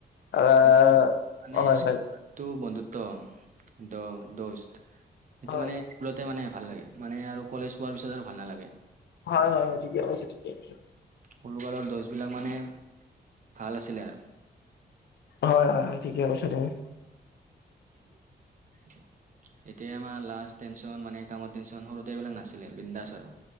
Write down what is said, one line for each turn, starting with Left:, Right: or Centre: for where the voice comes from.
Left: আহ
Right: আৰু মানে
Left: হয়
Right: স্কুলটো
Left: হয়
Right: বন্ধুত্ব দ দষ্ট। সেইটো
Left: হয়
Right: মানে স্কুলতে মানে ভাল লাগে, মানে আৰু কলেজ পোৱাৰ পিছত আৰু ভাল নালাগে।
Left: হয় হয় হয় ঠিকে কৈছা ঠিকে কৈছা।
Right: সৰু কালৰ দষ্টবিলাক মানে ভাল আছিলে আৰু।
Left: হয় হয় হয় ঠিকে কৈছা তুমি।
Right: <unintelligible> এতিয়া আমাৰ লাজ টেনচন মানে কামৰ টেনচন সৰুতে এইবিলাক নাছিলে, বিন্দাস আৰু।